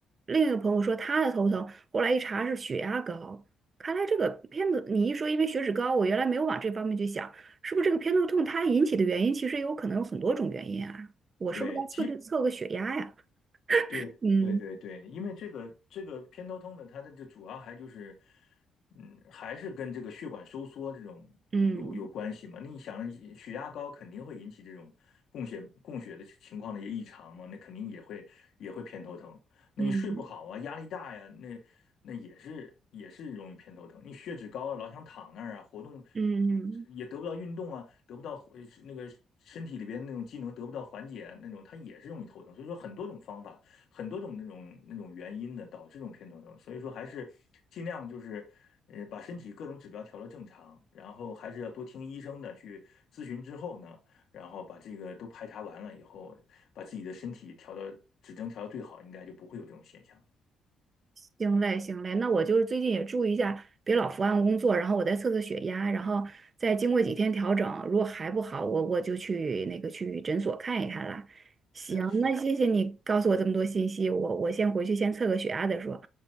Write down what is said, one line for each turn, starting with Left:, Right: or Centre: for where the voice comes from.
Right: 另一个朋友说他的头疼，后来一查是血压高。看来这个偏头，你一说因为血脂高，我原来没有往这方面去想，是不是这个偏头痛它引起的原因其实有可能有很多种原因啊？我是不是该测量测个血压呀？
Left: 对，基对对对对，
Right: 嗯
Left: 因为这个这个偏头痛呢，它的这主要还就是，嗯，还是跟这个血管收缩这种嗯有有关系嘛。
Right: 嗯
Left: 那你想，血压高肯定会引起这种供血供血的情况的一些异常嘛，那肯定也会也会偏头疼。那你睡不好啊，
Right: 嗯
Left: 压力大呀，那那也是也是容易偏头疼。你血脂高了，老想躺那儿啊，活动
Right: 嗯
Left: 也得不到运动啊，得不到呃那个身体里边那种机能得不到缓解啊那种，它也是容易头疼。所以说很多种方法。很多种那种那种原因的导致这种偏头痛，所以说还是尽量就是呃把身体各种指标调到正常，然后还是要多听医生的去咨询之后呢，然后把这个都排查完了以后，把自己的身体调到指征调到最好，应该就不会有这种现象。
Right: 行嘞，行嘞，那我就是最近也注意一下，别老伏案工作，然后我再测测血压，然后再经过几天调整，如果还不好，我我就去那个去诊所看一看啦。行，
Left: 是啊，是啊，
Right: 那谢谢你告诉我这么多信息，我我先回去先测个血压再说。